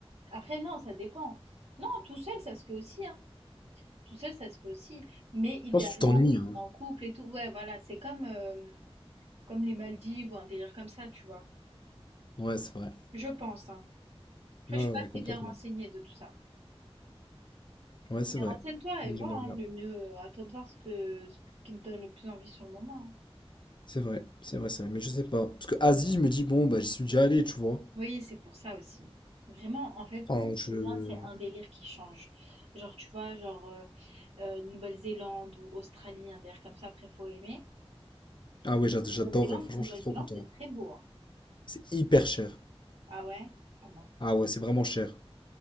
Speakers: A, on the right (about 75°); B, on the left (about 50°).
A: Après, non, ça dépend. Non, tout seul, ça se fait aussi, hein. Tout seul, ça se fait aussi. Mais idéalement,
B: Je pense que tu Mm. t'ennuies,
A: oui,
B: hein.
A: t'es en couple et tout. Ouais, voilà, c'est comme, euh, comme les Maldives ou un délire comme ça, tu vois.
B: Ouais, c'est vrai.
A: Je pense, hein. Après,
B: Ouais,
A: je suis pas
B: ouais, complètement.
A: très bien renseignée de tout ça.
B: Ouais, c'est
A: Mais
B: vrai.
A: renseigne-toi
B: Oui,
A: et vois,
B: J'aimerais
A: hein,
B: bien.
A: le mieux, euh, à toi de voir ce que, ce qui te donne le plus envie sur le moment. hein.
B: C'est vrai, c'est vrai, c'est vrai. Mais je sais pas. Parce que Asie, je me dis, bon, bah, j'y suis déjà allé, tu vois.
A: Oui, c'est pour ça aussi. Vraiment, en fait,
B: Enfin, je...
A: c'est bien, c'est un délire qui change. Genre, tu vois, genre euh, euh, Nouvelle-Zélande ou Australie, un délire comme ça, après, faut aimer.
B: Ah ouais, j'ad- j'adorerais.
A: Nouvelle-Zélande,
B: Franchement,
A: Nouvelle-Zélande,
B: je serais trop content.
A: c'est
B: hein.
A: très beau. hein.
B: C'est hyper cher.
A: Ah ouais? Ah mince.
B: Ah ouais, c'est vraiment cher.